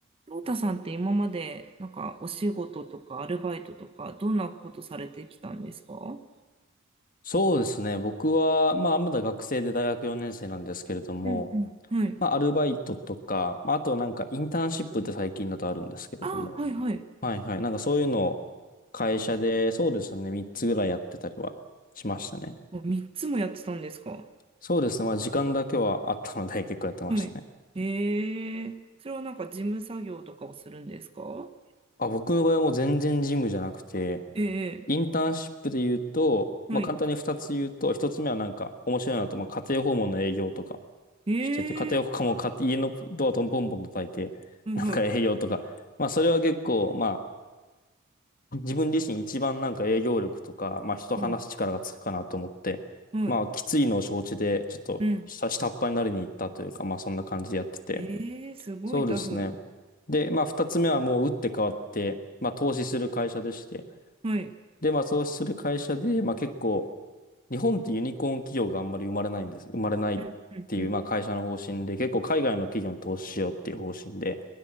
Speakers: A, on the right; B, on the left.
A: ロータさんって今まで、なんかお仕事とかアルバイトとか、どんなことされてきたんですかは
B: そうですね。僕は、まあ、まだ学生で大学4年生なんですけれども、
A: うんうん。い。
B: まあ、アルバイトとか、まあ、あとはなんかインターンシップって最近だとあるんですけれども、
A: あーはいはい。
B: はいはい。なんかそういうのを会社で、そうですね、3つぐらいやってたりはしましたね。
A: 3つもやってたんですか
B: そうですね。まあ、時間だけはあったので結構やってましたね。
A: はい。ええそれはなんか事務作業とかをするんですか
B: あ、僕の場合はもう全然ジムじゃなくて、
A: ええ
B: インターンシップで言うと、
A: はい。
B: まあ、簡単に2つ言うと、1つ目はなんか面白いなと、まあ、家庭訪問の営業とか
A: ええ
B: してて、家庭訪問もか家のドアトンボンボン叩いて、
A: はいはい。
B: なんか営業とか、まあ、それは結構、まあ、自分自身一番なんか営業力とか、まあ、人と話す力がつくかなと思って、
A: うん。はい。
B: まあ、きついのを承知で、ちょっと下、
A: うん。
B: 下っ端になりに行ったというか、まあ、そんな感じでやってて。
A: ええすごいタフ。
B: そうですね。で、まあ、2つ目はもう打って変わって、まあ、投資する会社でして、
A: はい。
B: で、まあ、投資する会社で、まあ、結構、日本ってユニコーン企業があんまり生まれないんです。生まれないっていう、
A: うんうんうん。
B: まあ会社の方針で、結構海外の企業に投資しようっていう方針で、